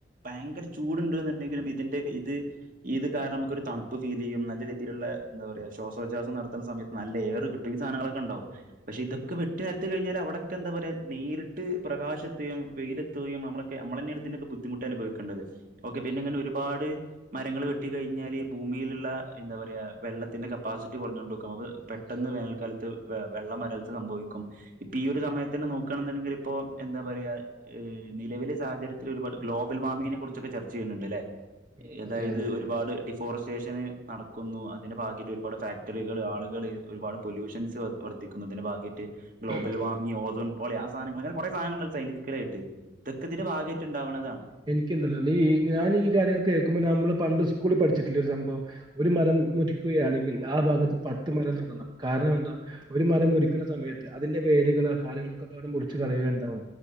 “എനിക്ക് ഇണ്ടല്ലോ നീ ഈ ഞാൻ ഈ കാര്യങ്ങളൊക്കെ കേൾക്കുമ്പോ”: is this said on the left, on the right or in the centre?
Right